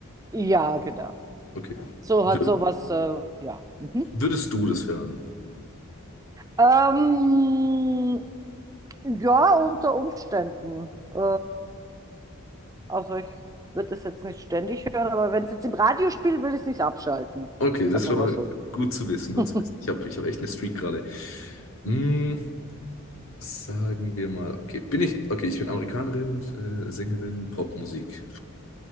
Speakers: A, on the right; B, on the left.
A: Ja, genau.
B: Okay.
A: So
B: Wür-
A: hat sowas, äh, ja. Mhm.
B: würdest du das hören?
A: Ähm, ja, unter Umständen. Äh, also ich würde das jetzt nicht ständig hören, aber wenn es jetzt im Radio spielt, würde ich es nicht abschalten.
B: Okay,
A: Sagen
B: das ist
A: wir
B: schon
A: mal
B: mal
A: so.
B: gut zu wissen, gut
A: <laughs>
B: zu wissen. Ich habe ich hab echt eine Streak gerade. Hm, sagen wir mal, okay, bin ich, okay, ich bin Amerikanerin, äh, Sängerin, Popmusik.